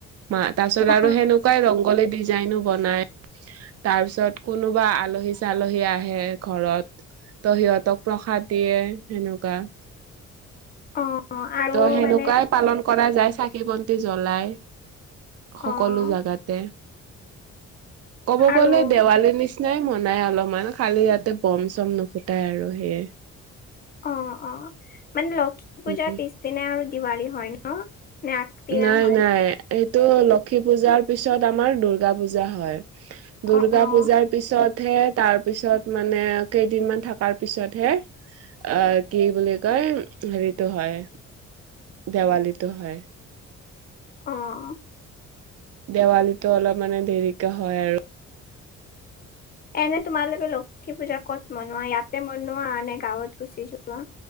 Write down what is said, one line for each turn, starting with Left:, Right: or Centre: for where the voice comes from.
Right: মা তাৰ পাছত
Left: অ',
Right: আৰু সেনেকুৱাই ৰংগলী ডিজাইনো বনাই। তাৰ পিছত কোনোবা আলহী চালহী আহে ঘৰত। ত সিহঁতক প্ৰসাদ দিয়ে সেনেকুৱা।
Left: অ', আৰু
Right: ত' সেনেকুৱাই
Left: মানে
Right: পালন কৰা যায় চাকি বন্তি জ্বলাই। সকলো
Left: অ',
Right: জোগাতে ক'ব
Left: আৰু
Right: গলে দেৱালী নিচিনা নিচিনাই মনাই অলপমান খালি ইয়াতে বম চম নুফুটাই আৰু সেয়ে।
Left: অ', অ' মানে লক্ষী পূজাৰ
Right: উম
Left: পিছদিনা আৰু দিৱালী হয় ন? নে আগদিনা
Right: নাই
Left: হয়?
Right: নাই এইটো লক্ষী পূজাৰ পিছত আমাৰ দূৰ্গা পূজা হয়। দুূৰ্গা
Left: অ',
Right: পূজাৰ পিছত হে তাৰপিছত মানে কেইদিনমান থকাৰ পিছতহে আহ কি বুলি কয় হেৰিটো হয়। দেৱালীতো হয়।
Left: অ'
Right: দেৱালীতো অলপ মানে দেৰিকাে হয় আৰু।
Left: এনে তোমালোকে লক্ষী পূজা কত মনোৱা ইয়াতে মনোৱা আনে গাঁৱত গুচি যোৱা?